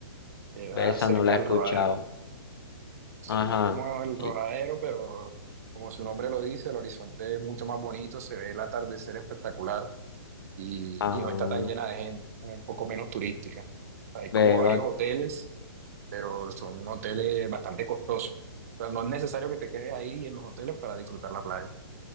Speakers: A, on the right; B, on the left.
A: queda
B: ve, esa
A: cerca
B: no la he
A: del
B: escuchado.
A: Rodadero. Sí,
B: Ajá,
A: es como el
B: y,
A: Rodadero, pero como su nombre lo dice, el horizonte es mucho más bonito, se ve el atardecer espectacular y,
B: ah,
A: y no está tan llena de gente, como un poco menos turística. Hay
B: ve,
A: como varios
B: bac-
A: hoteles pero son hoteles bastante costosos. O sea, no es necesario que te quedes ahí en los hoteles para disfrutar la playa,